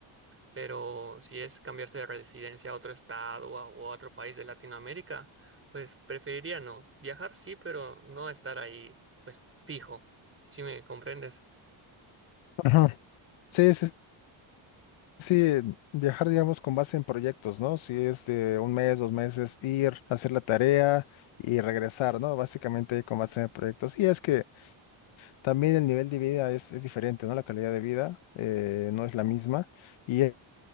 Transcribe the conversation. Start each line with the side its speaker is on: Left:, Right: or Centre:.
Right: pero si es cambiarte de residencia a otro estado o a, o a otro país de Latinoamérica, pues preferiría no. Viajar sí, pero no estar ahí, pues fijo. Si me comprendes?
Left: Ajá. Sí, sí, sí, viajar, digamos, con base en proyectos, ¿no? Si es de un mes, dos meses, ir, hacer la tarea y regresar, ¿no? Básicamente con base en proyectos. Y es que También el nivel de vida es, es diferente, ¿no? La calidad de vida eh, no es la misma y eh,